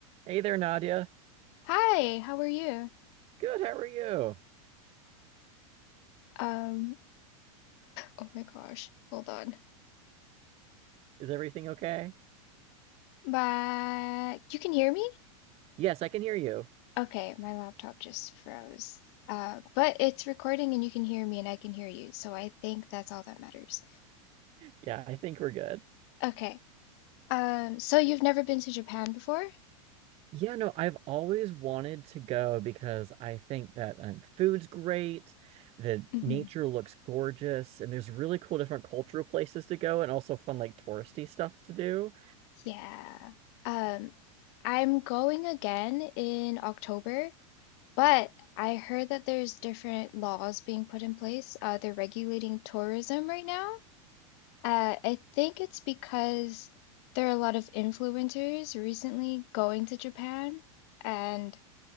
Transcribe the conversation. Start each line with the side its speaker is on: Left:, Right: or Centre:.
Right: Hey there, Nadia.
Left: Hi, how are you?
Right: Good, how are you?
Left: Um, oh my gosh, hold on.
Right: Is everything okay?
Left: But you can hear me?
Right: Yes, I can hear you.
Left: Okay, my laptop just froze. Uh, but it's recording and you can hear me and I can hear you, so I think that's all that matters.
Right: Yeah, I think we're good.
Left: Okay. Um, so you've never been to Japan before?
Right: Yeah, no, I've always wanted to go because I think that um, food's great, the
Left: hmm
Right: nature looks gorgeous, and there's really cool different cultural places to go and also fun like touristy stuff to do.
Left: Yeah. Um, I'm going again in October, but I heard that there's different laws being put in place. Uh, they're regulating tourism right now. Uh, I think it's because there are a lot of influencers recently going to Japan, and